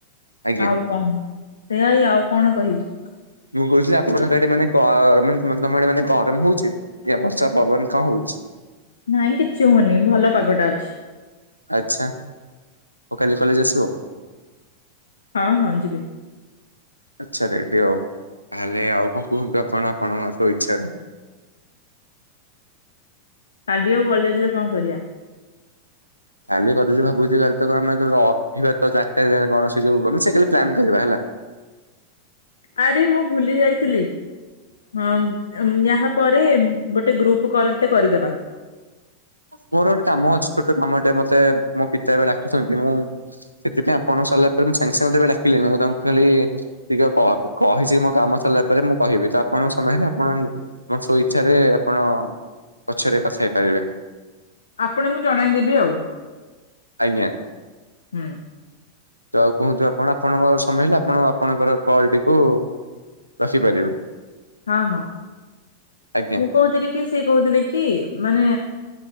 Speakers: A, on the right (about 85°); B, on the left (about 70°).
A: ଆଜ୍ଞା
B: ହଉ କଣ ସେୟା ହଇ ଆଉ କଣ କହିବୁ
A: ମୁଁ କହୁଛିି ଆପଣଡେ ମାନେ ମାନେ ତମେଡେ ମାନେ ଆରମ୍ଭ ହଉଛି ା ବର୍ଷା ପବନ କଣ ହଉଛି?
B: ନାଇଁ କିଛି ହଉନି ଭଲ ପାଗଟା ଅଛି।
A: ଆଚ୍ଛା ଆଉ କାଲି କଲେଜ ଆସିବ
B: ହଁ ହଁ ଯିବି।
A: ଆଚ୍ଛା ରେଡି ଆଉ ତାହେଲେ ଆଉ କଣ କୁହନ୍ତୁ ଆପଣ ଆପଣଙ୍କ ସବୁ ଇଚ୍ଛାାରେ
B: କାଲି ଆଉ କଲେଜରେ କଣ କରିବା
A: କାଲି କଦ ଭାବୁଛି କାଲି ତ ଆମେ ରହିବା ତ ଚାରିଟା ଜା କଣ ସଯୁ ଆମେ ସେ କା ପ୍ଲାନ୍ କରିବା ହେଲା
B: ଆରେ ମୁଁ ଭୁଲି ଯାଇଥିଲି ହଁ ୟା ପରେ ଗୋଟେ ଗ୍ରୁପ କଲ ଟେ କରିଦବା
A: ମୋର ଗୋଟେ କାମ ଅଛି ଛୋଟ କାମ ଟେ ମତେ ମୋ ପିତା ଏବେ ଡାକିଛନ୍ତି ମୁଁ ସେଥିପାଇଁ ଆପଣ ସରିଲା ପରେ ମୁଁ ସାଙ୍ଗେ ସାଙ୍ଗେ ଏବେ ଡାକିଲି ମୁଁ ତାଙ୍କୁ ଖହିଲି ଟିକେ କହିଛି କି ମୋ କାମ ସରିଲା ପରେ ମୁଁ କହିବି ତ ଆପଣ ସମୟ ହେଲେ ଆପଣ ମ ସବୁ ଇଚ୍ଛାରେ ଆପଣ ପଛରେ କଥା ହେଇ ପାରିବେ
B: ଆପଣଙ୍କୁ ଜଣାଇଦେବି ଆଉ
A: ଆଜ୍ଞା
B: ହୁଁ
A: ତ ଆଉ କୁହନ୍ତୁ ଆପଣ ଆପଣଙ୍କ ସମୟ ହେଲେ ଆପଣ ଆପଣଙ୍କର କଲ ଟିକୁ ରଖିପାରିବେ
B: ହଁ ହଁ
A: ଆଜ୍ଞା।
B: ମୁଁ କହୁଥିଲି କି ସେ କହୁଥିଲେ କି ମାନେ